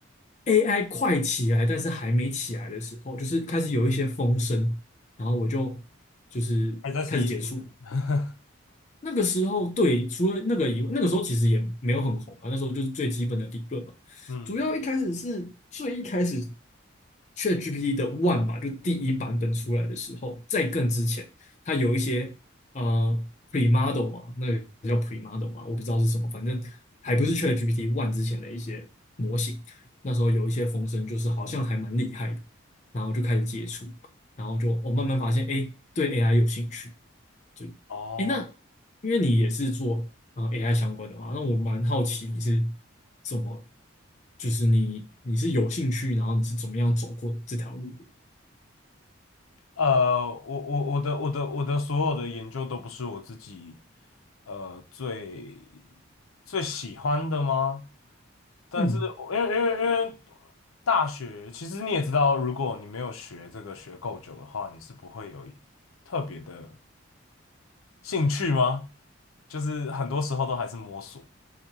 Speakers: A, on the left (about 35°); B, on the left (about 80°).
A: AI 快起来，但是还没起来的时候，就是开始有一些风声，然后我就就是开始接触，
B: 还在 C E 嗯，<laughs>
A: 那个时候，对，除了那个以外，那个时候其实也没有很红啊。那时候就是最基本的理论嘛。
B: 嗯，
A: 主要一开始是最一开始，ChatGPT 的 One 吧，就第一版本出来的时候，在更之前，它有一些呃 Premodel 嘛，那个叫 Premodel 嘛，我不知道是什么，反正还不是 ChatGPT One 之前的一些模型。那时候有一些风声，就是好像还蛮厉害的，然后就开始接触，然后就我、哦慢慢发现，哎，对 AI 有兴趣。对，
B: 哦。
A: 哎，那因为你也是做啊、呃 AI 相关的嘛，那我蛮好奇你是怎么，就是你你是有兴趣，然后你是怎么样走过这条路的？
B: 呃，我我我的我的我的所有的研究都不是我自己呃最最喜欢的吗？但是我因为因为因为
A: 嗯
B: 大学，其实你也知道，如果你没有学这个学够久的话，你是不会有特别的兴趣吗？就是很多时候都还是摸索。